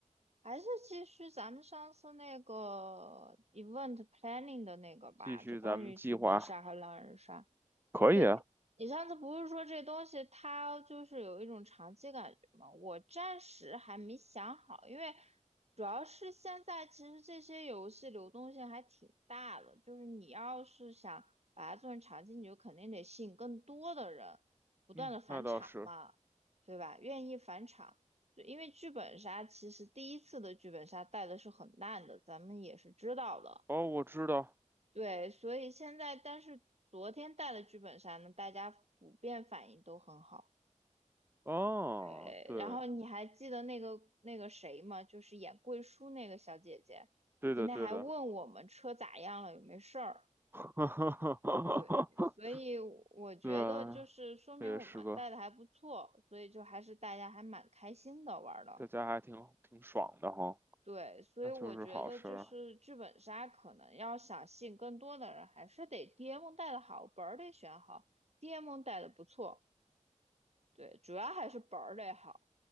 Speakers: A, on the right; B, on the right.
A: 还是继续咱们上次那个 event planning 的那个吧，
B: 继续咱们计划，
A: 就关于剧本杀和狼人杀。
B: 可以啊。
A: 对，你上次不是说这东西它就是有一种长期感觉吗？我暂时还没想好，因为主要是现在其实这些游戏流动性还挺大的，就是你要是想把它做成长期，你就肯定得吸引更多的人，不断的返场嘛，
B: 嗯，那倒是。
A: 对吧？愿意返场，就因为剧本杀其实第一次的剧本杀带的是很烂的，咱们也是知道的。
B: 哦，我知道。
A: 对，所以现在，但是昨天带的剧本杀呢，大家普遍反应都很好。
B: 哦，
A: 呃，
B: 对，
A: 然后你还记得那个那个谁吗？就是演贵叔那个小姐姐，
B: 对的，
A: 今天还问我们车咋样了，
B: 对的。
A: 有没事儿。
B: <laughs>
A: 对，所以我觉得就是说明我们带的还不错，
B: 对啊，这也是个
A: 所以就还是大家还蛮开心的玩儿的。
B: 在家还挺挺爽的哈，
A: 对，所以我觉得就是剧本杀可能要想吸引更多的人，
B: 那就是好事儿。
A: 还是得 DM 带的好，本儿得选好，DM 带的不错。对，主要还是本儿得好，